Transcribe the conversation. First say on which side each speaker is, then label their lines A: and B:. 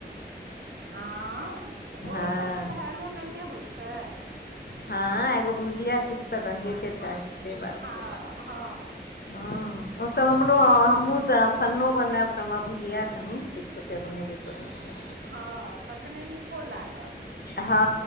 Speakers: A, on the right; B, on the left.
A: हँ तऽ ओहि
B: हँ
A: सबके वैल्यू ने ने होइ छै
B: हँ एगो भुजिया किछु तँ रहेके चाही से बात
A: हँ
B: छै
A: हँ
B: ह तऽ हमरो हमहुँसँ छन्नो बनायब तऽ हमरा भुजिया कनि किछुे बनेबे करै छी
A: हँ तखने नीको लागत
B: हँ